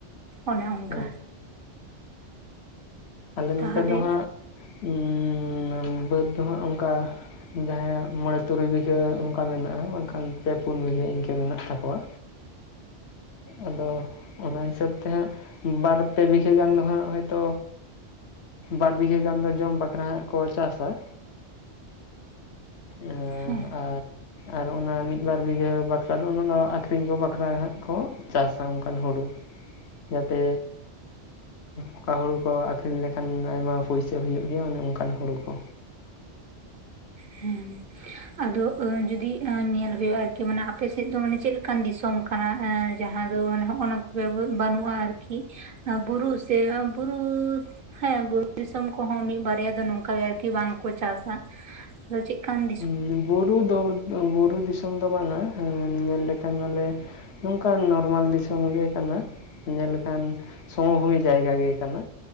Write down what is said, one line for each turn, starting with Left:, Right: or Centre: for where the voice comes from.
Right: ᱚᱱᱮ ᱚᱱᱠᱟ᱾
Left: ᱦᱮᱸ ᱟᱞᱮ ᱱᱚᱛᱮ
Right: ᱛᱟᱦᱚᱞᱮ
Left: ᱫᱚ ᱦᱟᱸᱜ ᱩᱸᱻ ᱵᱟᱹᱫᱽ ᱫᱚ ᱦᱟᱸᱜ ᱚᱱᱠᱟ᱾ ᱡᱟᱦᱟᱸᱭᱟᱜ ᱢᱚᱬᱮ ᱛᱩᱨᱩᱭ ᱵᱤᱦᱟᱹ ᱚᱱᱠᱟ ᱢᱮᱱᱟᱜᱼᱟ ᱢᱮᱱᱠᱷᱟᱱ ᱯᱮ ᱯᱩᱱ ᱵᱤᱜᱷᱟᱹ ᱤᱱᱠᱟᱹ ᱢᱮᱱᱟᱜ ᱛᱟᱠᱚᱣᱟ᱾
Right: <unintelligible>
Left: ᱟᱫᱚ ᱚᱱᱟ ᱦᱤᱥᱟᱹᱵᱽ ᱛᱮ ᱦᱟᱸᱜ ᱵᱟᱨ ᱯᱮ ᱵᱤᱜᱷᱟᱹ ᱜᱟᱱ ᱫᱚ ᱦᱟᱸᱜ ᱦᱚᱭᱛᱚ᱾ ᱵᱟᱨ ᱵᱤᱜᱷᱟᱹ ᱜᱟᱱ ᱫᱚ ᱡᱚᱢ ᱵᱟᱠᱷᱨᱟ ᱦᱟᱸᱜ ᱠᱚ ᱪᱟᱥᱟ᱾ ᱮᱸ
Right: ᱦᱮᱸ
Left: ᱟᱨ ᱟᱨ ᱚᱱᱟ ᱢᱤᱫ ᱵᱟᱨ ᱵᱤᱜᱷᱟᱹ ᱵᱟᱠᱷᱨᱟ ᱫᱚ ᱚᱱᱟ ᱱᱳᱣᱟ ᱫᱚ ᱟᱠᱷᱨᱤᱧ ᱠᱚ ᱵᱟᱠᱷᱨᱟ ᱦᱟᱸᱜ ᱠᱚ ᱪᱟᱥᱟ ᱚᱱᱠᱟᱱ ᱦᱩᱲᱩ ᱡᱟᱛᱮ ᱚᱠᱟ ᱦᱩᱲᱩ ᱠᱚ ᱟᱠ ᱞᱮᱠᱷᱟᱱ ᱟᱭᱢᱟ ᱯᱩᱭᱥᱟᱹ ᱦᱩᱭᱩᱜ ᱜᱮᱭᱟ ᱚᱱᱮ ᱚᱱᱠᱟᱱ ᱦᱳᱲᱳ ᱠᱚ
Right: ᱦᱩᱸ ᱟᱫᱚ ᱟᱸᱻ ᱡᱩᱫᱤ ᱟᱸᱻ ᱮ ᱧᱮᱞ ᱦᱩᱭᱩᱜᱼᱟ ᱟᱨᱠᱤ ᱢᱟᱱᱮ ᱟᱯᱮᱥᱮᱫ ᱫᱚ ᱢᱟᱱᱮ ᱪᱮᱫᱞᱮᱠᱟᱱ ᱫᱤᱥᱚᱢ ᱠᱟᱱᱟ ᱡᱟᱦᱟᱸ ᱫᱚ ᱢᱟᱱᱮ ᱦᱚᱜᱼᱱᱟ ᱠᱚ ᱵᱟᱹᱱᱩᱜᱼᱟ ᱟᱨᱠᱤ ᱟᱨ ᱵᱩᱨᱩ ᱥᱮ ᱵᱩᱨᱩ ᱦᱮᱸ ᱵᱩᱨᱩ ᱫᱤᱥᱚᱢ ᱠᱚᱦᱚᱸ ᱢᱤᱫ ᱵᱟᱨᱭᱟ ᱫᱚ ᱱᱚᱝᱠᱟ ᱜᱮ ᱟᱨᱠᱤ ᱵᱟᱝᱠᱚ ᱪᱟᱥᱟ᱾ ᱟᱫᱚ ᱪᱮᱫ ᱠᱟᱱ
Left: ᱦᱩᱸ ᱵᱩᱨᱩ ᱫᱚ ᱵᱩᱨᱩ ᱫᱤᱥᱚᱢ ᱫᱚ ᱵᱟᱝᱟ ᱧᱮᱞ ᱞᱮᱠᱷᱟᱱ ᱢᱟᱞᱮ ᱱᱚᱝᱠᱟᱱ ᱱᱚᱨᱢᱟᱞ ᱫᱤᱥᱚᱢ ᱜᱮ ᱠᱟᱱᱟ᱾ ᱧᱮᱞ ᱞᱮᱠᱷᱟᱱ ᱥᱚᱢᱚ ᱦᱩᱭ ᱡᱟᱭᱜᱟ ᱜᱮ ᱠᱟᱱᱟ᱾